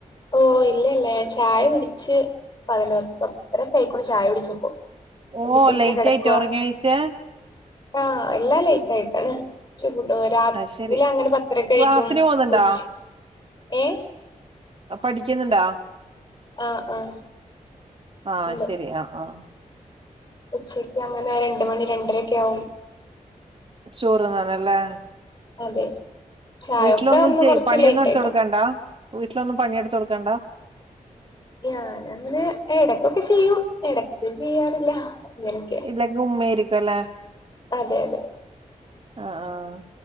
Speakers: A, on the left; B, on the right.
A: ഓഹ് ഇല്ലല്ല ഞൻ ചായ കുടിച്ച് പതിന പത്രരക്കയിക്കോണ്ട് ചായ കുടിച്ചപ്പോ
B: ഓ
A: എന്നിട്ട്ങ്ങനെ
B: ലേറ്റ്
A: കിടക്കവാ
B: ആയിട്ട് ഉറങ്ങിണീച്ചേ
A: ആഹ് എല്ല ലേറ്റ് ആയിട്ടാന് <unintelligible> രാത്രിലങ്ങനെ
B: അത് ശരി
A: പത്തര്ക്ക് കഴിക്കും
B: ക്ലാസ്സിന് പോകുന്നുണ്ടാ
A: ഉച്ച ഏഹ്
B: ആഹ് പഠിക്കുന്നുണ്ടാ
A: ആഹ് ആഹ്
B: ആഹ്
A: ഉണ്ട്
B: ശരി ആഹ് ആഹ്
A: ഉച്ചക്ക് അങ്ങനെ രണ്ട മണി രണ്ടരൊക്കെ ആകും
B: ചോറ്ന്നനല്ലേ
A: അതെ ചായൊക്കെ
B: വീട്ടിലൊന്നും
A: ഇന്ന് കൊറച്ച്
B: പണിയൊന്നും
A: ലേറ്റ്
B: എടുത്ത
A: ആയിട്ടാ
B: കൊടുക്കണ്ടാ വീട്ടിലൊന്നും പണിയെടുത്തടുക്കണ്ടാ
A: ഞാനങ്ങനെ ഇടക്കൊക്കെ ചെയ്യും ഇടക്ക് ചെയ്യാറില്ല അങ്ങനൊക്കെ
B: ഇല്ലങ്കി ഉമ്മാരിക്കല്ലേ
A: അതെ അതെ
B: ആഹ് ആഹ്